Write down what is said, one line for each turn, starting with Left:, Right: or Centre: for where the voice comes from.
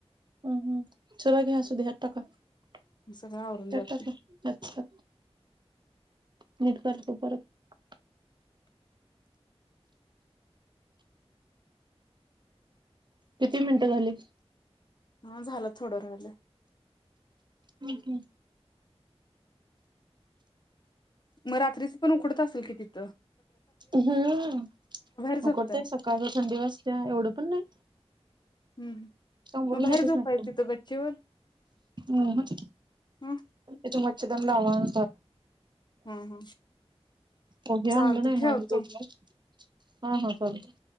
Right: हं हं सगळ घ्या असुदे ह्यात टाका <inaudible>
Left: सगळं आवरून
Right: त्यात
Left: जाते
Right: टाका नीट कर तो परत किती मिनिटं झालीत.
Left: हा झाल थोड राहिलय
Right: हम्म हम्म
Left: म रात्रीच पण उकडत असल की तिथ.
Right: हम्म
Left: झोपताय
Right: उकडतय सकाळच थंडी वाजतीया एवढ पण नाई
Left: हम्म
Right: समोरून
Left: मग बाहेर
Right: घेतच
Left: झोपायच
Right: नाही कोण
Left: तिथं गच्चीवर
Right: हं मच्छर
Left: ह
Right: तिथं मच्छरदाणी लावा <inaudible>
Left: ह ह
Right: ओ हे
Left: चालत
Right: आणलं नाही
Left: ठेवतो
Right: ना <unintelligible> हा हा चालतंय